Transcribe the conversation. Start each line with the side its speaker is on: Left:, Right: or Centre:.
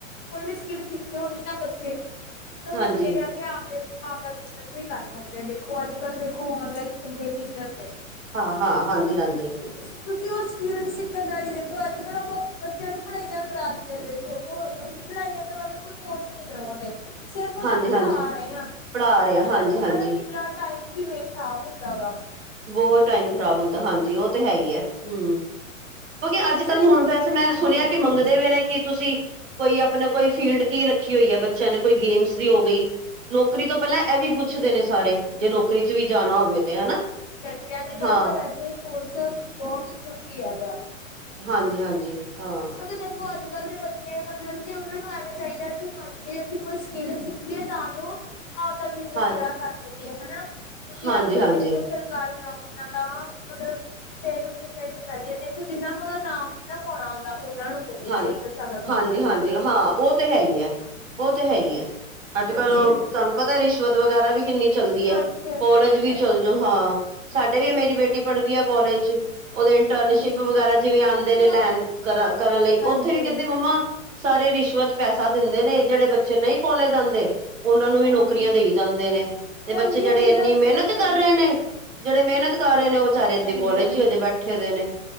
Left: ਕੋਈ ਵੀ ਸਕਿੱਲ ਸਿੱਖੀ ਹੋਣੀ ਨਾ ਬੱਚੇ, ਤੇ ਓਹ
Right: ਹਾਂਜੀ
Left: ਅੱਗੇ ਜਾ ਕ ਕੇ ਆਖਦੇ ਆਪਦਾ ਬਿਜਨਸ ਵੀ ਕਰ ਸਕਦੇ ਐ, ਦੇਖੋ ਅੱਜਕੱਲ ਦੇਖੋ ਔਨਲਾਈਨ ਕਿੰਨੇ ਬਿਜਨਸ ਨੇ।
Right: ਹਾਂ-ਹਾਂ, ਹਾਂਜੀ-ਹਾਂਜ
Left: ਕਿਓ ਕਿ ਓਹ ਸਕਿਲ ਸੀ ਤ ਨਾਲੀ ਦੇਖੋ ਅੱਜ-ਕੱਲ ਅਪਾਂ ਬੱਚਿਆਂ ਨੂੰ ਪੜ੍ਹਾਈਆਂ ਕਰਾ ਦੇਆਂ ਦੇਖੋ ਕੋ ਹੋਰ ਪੜ੍ਹਾਈਆਂ ਕਰਵਾ ਕੇ ਕੋਈ ਕੋਰਸ ਨੀ ਕਰਵਾਉਂਦੇ ਸਿਰਫ ਉਹਨਾਂ
Right: ਹਾਂਜੀ
Left: ਨੂੰ
Right: ਹਾਂਜੀ
Left: ਪੜ੍ਹਾ ਰਏ ਆਂ
Right: ਪੜ੍ਹਾ ਰਿਹਾ
Left: ਫਿਰ
Right: ਹਾਂਜੀ
Left: ਦੇਖੋ ਓਨਾਂ
Right: ਹਾਂਜੀ
Left: ਨੇ ਕਿਣ ਯਾਰ ਟਾਈਮ ਵੀ ਵੇਖ ਖਰਾਬ ਹੁੰਦਾ ਵਾ।
Right: ਬਹੋਤ ਟਾਈਮ ਖਰਾਬ ਹੁੰਦੈ, ਹਾਂਜੀ। ਓਹ ਤੇ ਹੈ ਈ ਐ। ਹੂੰ, ਕਿਉਂਕਿ ਅੱਜ-ਕੱਲ੍ਹ
Left: ਇਸ ਲਈ
Right: ਹੁਣ ਵੈਸੇ ਮੈਂ
Left: ਹਾਂਜੀ
Right: ਸੁਣਿਐ
Left: ਹਾਂਜੀ
Right: ਕਿ ਮੰਗਦੇ ਵੇਨੇ ਕੀ ਤੁਸੀਂ ਕੋਈ ਅਪਣਾ ਕੋਈ ਫੀਲਡ ਕੀ ਰੱਖੀ ਹੋਈ ਐ ਬੱਚਿਆਂ ਨੇ ਕੋਈ ਗੇਮਸ ਦੀ ਹੋ ਗਈ। ਨੌਕਰੀ ਤੋਂ ਪੈਲਾਂ ਐਹ ਵੀ ਪੁੱਛਦੇ ਨੇ ਸਾਰੇ, ਜੇ ਨੌਕਰੀ ਚ ਵੀ ਜਾਣਾ ਹੋਵੇ ਤੇ ਹਨਾ।
Left: ਕਿ ਅੱਜ-ਕੱਲ੍ਹ
Right: ਹਾਂ
Left: ਤਾਂ ਵੈਸੇ ਕੋਰਸ ਬੌਤ ਜ਼ਰੂਰੀ ਹੈਵੈ।
Right: ਹਾਂਜੀ ਹਾਂਜੀ, ਹਾਂ।
Left: ਤੇ ਦੇਖੋ ਅੱਜ-ਕੱਲ੍ਹ ਦੇ ਬੱਚੇ ਮਤਲਬ ਕਿ ਉਨਾਂ ਨੂੰ ਐਵੇਂ ਚਾਈਦੈ ਕਿ ਹਾਂਜੀ ਅਸੀਂ ਕੁਛ ਸਕੀਲ ਸਿੱਖੀਏ ਤਾਂ ਜੋ ਆਪਦਾ ਬਿਜਨਸ
Right: ਹਾਂ
Left: ਖੜਾ ਕਰ ਸਕੀਏ ਹਨਾ, ਕਿਉਂਕਿ
Right: ਹਾਂਜੀ
Left: ਅੱਜ- ਕੱਲ
Right: ਹਾਂਜੀ
Left: ਦੇਖੋ ਸਰ ਕਾਰੀ ਨੌਕਰੀਆਂ ਤਾ ਮਤਲਬ ਕਿ ਕਿਸੇ ਨੂੰ ਕਿਸੇ ਨੂੰ ਮਿਲਦੀਆਂ। ਦੇਖੋ ਜਿੰਨਾ ਨੂੰ ਓਹਦਾ ਨਾਮ ਨਾ ਪਾਉਣਾ ਹੁੰਦਾ ਉਹਨਾਂ ਨੂੰ ਮਿਲਦੀ
Right: ਹਾਂ
Left: ਏ ਸਹੀ, ਦੱਸਾਂ ਤੁਹਾਨੂੰ
Right: ਹਾਂਜੀ-ਹਾਂਜੀ
Left: ਮੈਂ
Right: ਹਾਂ ਉਹ ਤੇ ਹੈ ਹੀ ਹੈ, ਉਹ ਤੇ ਹੈ ਹੀ ਹੈ ਅੱਜ
Left: ਹਾਂਜੀ
Right: ਕੱਲ ਤੁਹਾਨੂੰ ਪਤਾ ਰਿਸ਼ਵਤ ਵਗੈਰਾ ਵੀ ਕਿੰਨੀ ਚੱਲਦੀ ਹੈ,
Left: ਹਾਂਜੀ ਹਾਂਜੀ
Right: ਕੋਲਜ
Left: ਇਹ
Right: ਵੀ
Left: ਤਾਂ
Right: ਚੱਲ
Left: ਹੈ
Right: ਜੋ ਹਾਂ, ਸਾਡੇ ਵੀ ਆ ਮੇਰੀ ਬੇਟੀ ਪੜ੍ਹਦੀ ਆ ਕੋਲਜ ਚ ਓਦੇ ਇੰਟਰਨਸ਼ਿਪ
Left: ਹਾਂਜੀ
Right: ਵਗੈਰਾ ਜਿਵੇਂ ਆਂਦੇ ਨੇ
Left: ਹਾਂਜੀ
Right: ਲੈਣ ਕਰਨ ਕਰਨ ਲਈ,
Left: ਹਾਂਜੀ
Right: ਓਥੇ ਵੀ ਕਹਿੰਦੇ ਮੰਮਾ ਸਾਰੇ ਰਿਸ਼ਵਤ ਪੈਸਾ ਦਿੰਦੇ ਨੇ, ਜਿਹੜੇ ਬੱਚੇ ਨਹੀਂ ਕੋਲੇਜ ਜਾਂਦੇ ਉਹਨਾਂ ਨੂੰ ਵੀ
Left: ਹਾਂਜੀ
Right: ਨੌਕਰੀਆਂ ਦੇਈ ਜਾਂਦੇ ਨੇ, ਤੇ
Left: ਹਾਂਜੀ
Right: ਬੱਚੇ ਜਿਹੜੇ
Left: ਹਾਂਜੀ
Right: ਇੰਨੀ
Left: ਬਸ
Right: ਮੇਹਨਤ
Left: ਐਵੇਂ
Right: ਕਰ ਰਹੇ ਨੇ ਜਿਹੜੇ ਮਿਹਨਤ ਕਰ ਰਹੇ ਨੇ ਉਹ ਵਿਚਾਰੇ ਏਦਾ
Left: ਹਾਂਜੀ
Right: ਈ ਕੋਲੇਜ
Left: ਹਾਂਜੀ
Right: ਚ ਹੀ ਅਜੇ ਬੈਠੇ ਦੇ ਨੇ